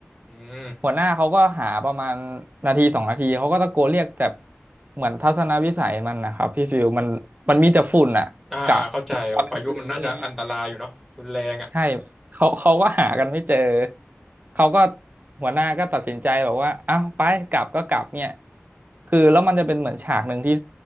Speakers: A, in the centre; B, on the right (about 40°).
A: อืม
B: หัวหน้าเขาก็หาประมาณนาทีสองนาทีเขาก็ตะโกนเรียกแต่เหมือนทัศนวิสัยมันนะครับพี่ฟิวมันมันมีแต่ฝุ่นอ่ะกะมันตอนกลางคืนด้วยเนี่ย
A: อ่าอ่าเข้าใจโอ้พายุมันน่าจะอันตรายอยู่เนาะรุนแรงอ่ะ
B: ใช่เขาเขาก็หากันไม่เจอเขาก็หัวหน้าก็ตัดสินใจบอกว่าอ้าวไปกลับก็กลับเนี่ยคือแล้วมันจะเป็นเหมือนฉากหนึ่งที่